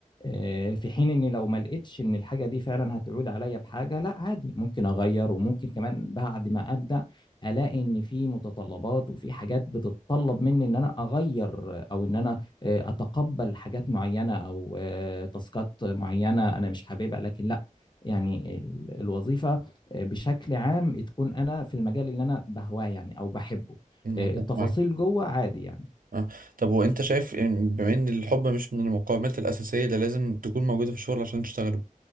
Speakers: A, on the left; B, on the right.
A: آه، في حين اني لو ما لقيتش ان الحاجه دي فعلا هتعود عليا بحاجه لا عادي ممكن اغير وممكن كمان بعد ما ابدا الاقي ان في متطلبات وفي حاجات بتتطلب مني ان انا اغير او ان انا آه، اتقبل حاجات معينه او آه، تاسكات معينه انا مش حاببها لكن لا يعني ال- الوظيفه آه، بشكل عام تكون انا في المجال اللي انا بهواه يعني او بحبه
B: مم،
A: آه،
B: متفق
A: التفاصيل
B: معاك
A: جوه عادي يعني
B: آه. طب وانت شايف إن- بما ان الحب مش من المقومات الاساسيه اللي لازم تكون موجوده في الشغل عشان تشتغله